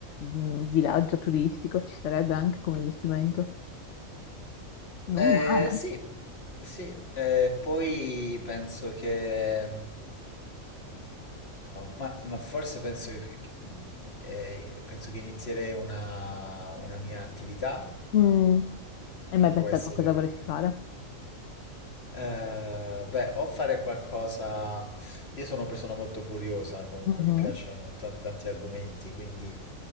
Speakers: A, on the left; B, on the left.
A: un villaggio turistico, ci starebbe anche come investimento. Non
B: Eh,
A: male.
B: sì, sì, eh, poi penso che, eh, ma, ma forse penso che, che- eh, penso che inizierei una, una mia attività
A: Mm. Hai
B: che
A: mai
B: può
A: pensato
B: essere,
A: a cosa vorresti fare?
B: eh, beh, o fare qualcosa... Io sono una persona molto curiosa, comunque
A: Mhm.
B: mi piacciono ta- tanti argomenti, quindi